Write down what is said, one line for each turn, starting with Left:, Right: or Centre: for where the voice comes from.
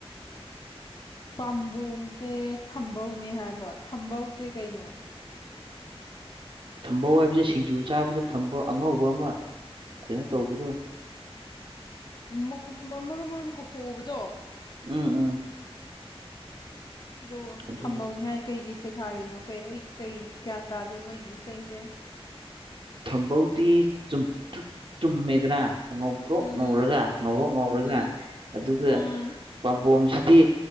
Left: ꯄꯥꯝꯕꯣꯝꯁꯦ ꯊꯝꯕꯧꯅꯦ ꯍꯥꯏꯕ ꯊꯝꯕꯧꯁꯦ ꯀꯩꯅꯣ
Right: ꯊꯝꯕꯧ ꯍꯥꯏꯕꯁꯦ ꯁꯤꯡꯖꯨ ꯆꯥꯕꯗ ꯊꯝꯕ ꯑꯉꯧꯕ ꯑꯃ ꯀꯩꯅꯣ ꯇꯧꯕꯗꯣ
Left: ꯃꯈꯨꯝ ꯃꯔꯨꯝ ꯃꯔꯨꯝꯒ ꯍꯣꯕꯗꯣ
Right: ꯎꯝ ꯎꯝ
Left: ꯑꯗꯣ
Right: ꯑꯗꯨꯅꯤ
Left: ꯊꯝꯕꯧꯅꯤ ꯍꯥꯏ ꯀꯩꯒꯤ ꯁꯩ ꯊꯥꯔꯤꯅꯣ ꯀꯩ ꯑꯩ ꯀꯩ ꯒ꯭ꯌꯥꯟ ꯇꯥꯗꯦ ꯃꯣꯏꯒꯤ ꯏꯁꯩꯁꯦ
Right: ꯊꯝꯕꯧꯗꯤ ꯆꯨꯝꯇꯛ ꯆꯨꯝꯃꯦꯗꯅ ꯉꯧꯕꯕ꯭ꯔꯣꯛ
Left: ꯎꯝ
Right: ꯉꯧꯔꯒ ꯉꯕ꯭ꯔꯣꯛ ꯉꯧꯔꯒ
Left: ꯎꯝ
Right: ꯑꯗꯨꯒ
Left: ꯎꯝ
Right: ꯄꯥꯝꯕꯣꯝꯁꯤꯗꯤ